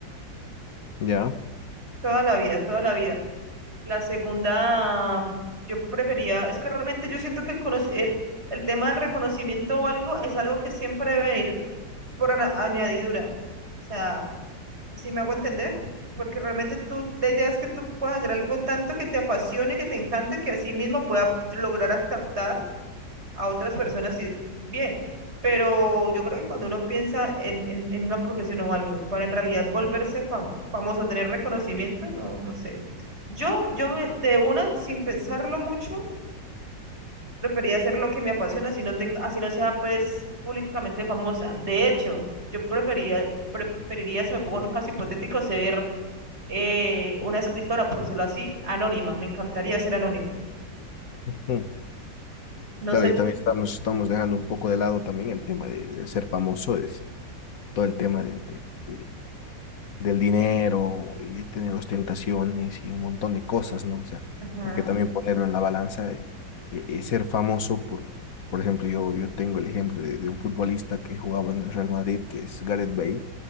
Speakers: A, on the left; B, on the right.
A: Ya.
B: toda la vida, toda la vida. La segunda, yo prefería, es que realmente yo siento que el, conoci- eh, el tema del reconocimiento o algo es algo que siempre debe venir por ana- añadidura. O sea, si me hago entender, porque realmente tú, la idea es que tú puedas hacer algo tanto que te apasione, que te encante, que así mismo pueda lograr a captar a otras personas y es bien. Pero yo creo que cuando uno piensa en, en, en una profesión o algo, para en realidad volverse fam- famoso, tener reconocimiento, no, no sé. Yo, yo me, de una, sin pensarlo mucho, Prefería hacer lo que me apasiona, así no tengo, así no sea pues públicamente famosa. De hecho, yo prefería, preferiría, si me pongo en un caso hipotético, ser eh, una escritora, por decirlo así, anónima. Me encantaría ser anónima.
A: ujú.
B: No
A: Claro,
B: sé.
A: y también estamos, estamos dejando un poco de lado también el tema de, de ser famoso, es todo el tema de, de- de- del dinero y de tener ostentaciones y un montón de cosas, ¿no? O sea,
B: Ajá,
A: hay que también ponerlo en la balanza de, eh, eh, ser famoso por, por ejemplo, yo, yo tengo el ejemplo de, de un futbolista que jugaba en el Real Madrid, que es Gareth Bale,